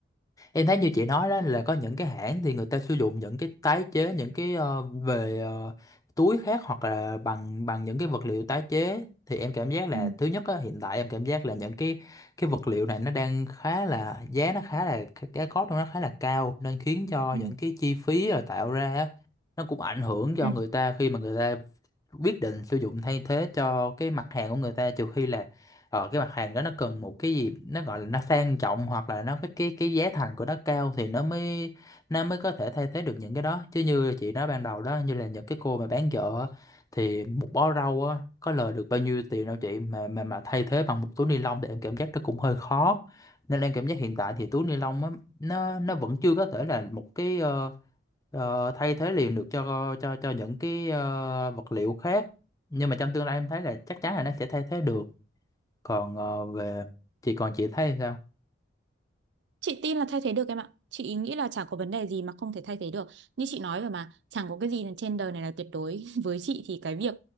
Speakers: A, on the left (about 20°); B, on the right (about 65°).
A: Em thấy như chị nói đó là có những cái hãng thì người ta sử dụng những cái tái chế những cái ờ, về ờ, túi khác hoặc là bằng bằng những cái vật liệu tái chế thì em cảm giác là
B: ừ,
A: thứ nhất á, hiện tại em cảm giác là những cái cái vật liệu này nó đang khá là giá nó khá là cái cái cost của nó khá là cao nên khiến cho
B: ừ,
A: những cái chi phí rồi tạo ra á, nó cũng ảnh hưởng cho
B: ừ.
A: người ta khi mà người ta quyết định sử dụng thay thế cho cái mặt hàng của người ta trừ khi là ờ, cái mặt hàng đó nó cần một cái gì nó gọi là nó sang trọng hoặc là nó cái cái cái giá thành của nó cao thì nó mới nó mới có thể thay thế được những cái đó chứ như chị nói ban đầu đó như là những cái cô mà bán chợ á, thì một bó rau á có lời được bao nhiêu tiền đâu chị mà mà mà thay thế bằng một túi ni lông thì em cảm giác nó cũng hơi khó nên em cảm giác hiện tại thì túi ni lông á nó nó vẫn chưa có thể là một cái ờ, ờ, thay thế liền được cho cho cho những cái ờ, vật liệu khác nhưng mà trong tương lai em thấy là chắc chắn là nó sẽ thay thế được còn ờ, về chị còn chị thấy sao
B: Chị tin là thay thế được em ạ. Chị nghĩ là chả có vấn đề gì mà không thể thay thế được. Như chị nói rồi mà, chẳng có cái gì là trên đời này là tuyệt đối. <laughs> Với chị thì cái việc